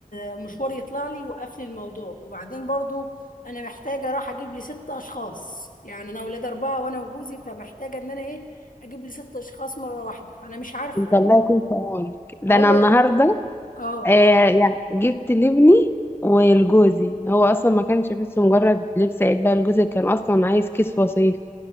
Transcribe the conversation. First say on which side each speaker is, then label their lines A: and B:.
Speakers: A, on the left; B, on the left.
A: آه، مشوار يطلع لي يوقف لي الموضوع وبعدين برضو انا محتاجه اروح اجيب لي ست اشخاص يعني انا اولاد اربعه وانا وجوزي فمحتاجه ان انا ايه اجيب لي ست اشخاص مره واحده فانا مش عارفه
B: انت الله يكون في عونك ده
A: هو
B: انا النهارده
A: اه
B: آه يعني جبت لابني ولجوزي هو اصلا ما كانش بس مجرد لبس عيد بقى لجوزي كان اصلا عايز كيس وصيف